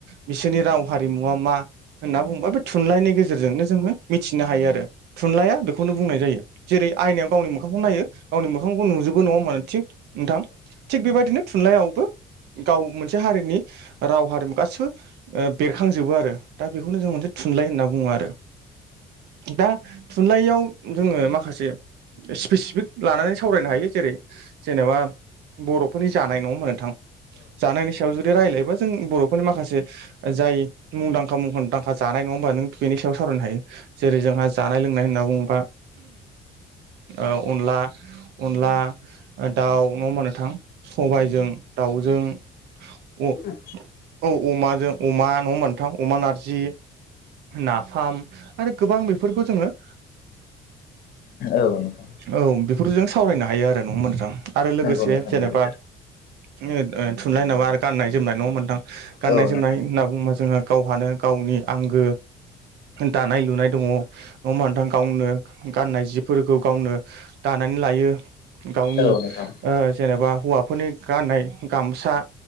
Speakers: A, on the right (about 80°); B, on the left (about 60°).
A: बिसोरनि राव हारिमुवा मा होनना बुंङोबा बे थुनलाइनि गेजेरजोंनो जोङो मिथिनो हायो आरो। थुनलइाया बेखौनो बुंनाय जायो। जेरै आयनायाव गावनि मोखांखौ नायो गावनि मोखांखौ नुजोबो नङा होमबा थिग नोंथां थिग बेबायदिनो थुनलाइयावबो गाव मोनसे हारिनि राव हारिमु गासिबो ओ बेरखांजोबो आरो दा बेखौनो जों मोनसे थुनलाइ होनना बुङो आरो। दा थुनलाइयाव जोङो माखासे स्पेसिफिक लानानै सावरायनो हायो जेरै जेनेबा बर'फोरनि जानाय नङा होमबा नोंथां जानायनि सा याव जुदि रायजलायबब्ला जों बर'फोरनि माखासे जाय मुंदांखा मुंखुंदांखा जानाय नङा होमबा नों बेनि सायाव सावरायनो हायो जेरै जोंहा जानाय लोंनाय होनना बुङोबा ओ अनला अनला दाउ नङा होमबा नोंथां सबायजों दाउजों औ
B: ओम
A: अमाजों अमा नङा होमबा नोंथां अमा नारजि नाफाम आरो गोबां बेफोरखौ जोङो
B: औ नोंथां
A: औ बेफोर जों सावरायनो हायो आरो नङा होमबा नोंथां आरो लोगोसे
B: नंगौ नोंथां
A: जेनबा
B: नंगौ
A: ओ थुनलाइ होनबा आरो गाननाय जोमनाय नङा होनबा नोंथां गाननाय
B: औ
A: जोमनाय
B: नोंथां
A: होनना बुङोबा जोंहा गावहानो गावनि आंगो दानाय लुनाय दङ नङा होमबा नोंथां गावनो गाननाय जिफोरखौ गावनो दानानै लायो। गावनि
B: औ नोंथां
A: ओ जेनेबा हौवाफोरनि गाननाय गामसा